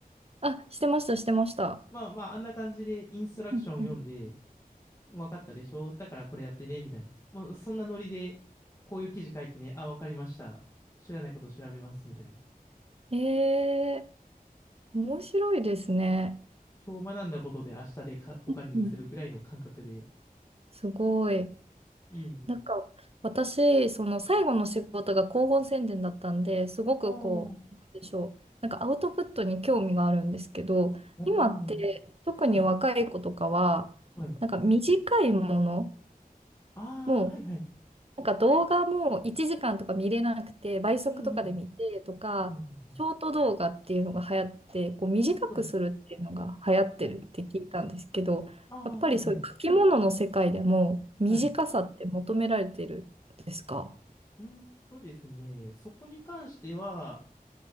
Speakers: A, on the right; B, on the left.
A: あ、してました、してました。
B: まあまあ、あんな感じでインストラクション読んで、
A: うんうん。
B: わかったでしょだからこれやってね、みたいな。もうそんなノリで、こういう記事書いてね、あ、わかりました。知らないことを調べます、みたいな。
A: えー面白いですね。
B: 今日学んだことで明日でかお金にするぐらいの感覚で。
A: うんうんすごい。
B: いえいえ。
A: なんか私、その最後の仕事が広報宣伝だったんで、すごくこう、
B: あ
A: なんでしょう、なんかアウトプットに興味があるんですけど、
B: あ、うん。
A: 今って特に若い子とかは、
B: はい、はい。
A: なんか短いもの、
B: ああ、
A: も
B: はいはい。
A: なんか動画も1時間とか見れなくて、倍速とかで見てとか、
B: うんうん。うんうんうん。
A: ショート動画っていうのが流行って、こう短くするっていうのが流行ってるって聞いたんですけど、
B: そうです。はい。ああ、
A: やっぱりそういう書き物の世界でも短さって求められてるんですか
B: はいはい。はい。うーんとですね、そこに関しては、